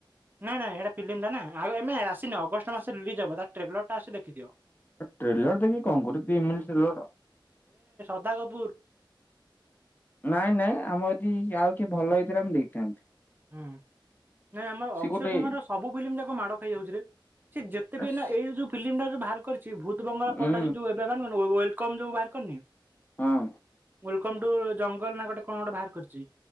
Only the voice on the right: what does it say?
ନାଇ ନାଇ ସେଇଟା ପିଲମ ଟା ନା। ଆଉ ଏମେ ଆସିନି ଅଗଷ୍ଟ ମାସରେ ରିଲିଯ ହବ ତା ଟ୍ରେଲର ଟା ଆସଛି ଦେଖିଦିଅ।
ଧା କପୁର।
ହୁଁ। ନାଇଁ ଆମର ଅକ୍ଷୟ
କୁମାର ର ସବୁ ଫିଲ୍ମ ଯାକ ମାଡ ଖାଇ ଯାଉଛି ରେ ସେ ଯେତେ ବି
ଏନା ଏଇ ଯୋଉ ଫିଲମ ଟା। ଭାର କରିଛି ଭୂତ ବଙ୍ଗଲା
ପରଟା ସେ ଯୋଉ ଏବେ ବାହାର କରିନି ୱେଲକମ୍ ଯୋଉ ଭାର କରିନି।
ୱେଲକମ ଟୁ। ୱେଲ ନା ଗୋଟେ କଣ ଗୋଟେ ଭାର କରିଚି